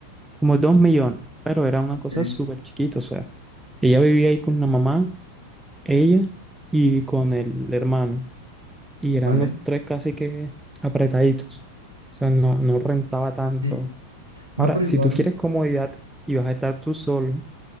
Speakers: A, in the centre; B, on the right.
A: como dos millones. Pero era una
B: ok,
A: cosa súper chiquita, o sea, ella vivía ahí con la mamá, ella y con el hermano. y eran
B: vale.
A: los tres casi que apretaditos. O sea, no, no rentaba tanto.
B: Sí, no,
A: Ahora,
B: pero
A: si
B: igual,
A: tú quieres comodidad y vas a estar tú solo,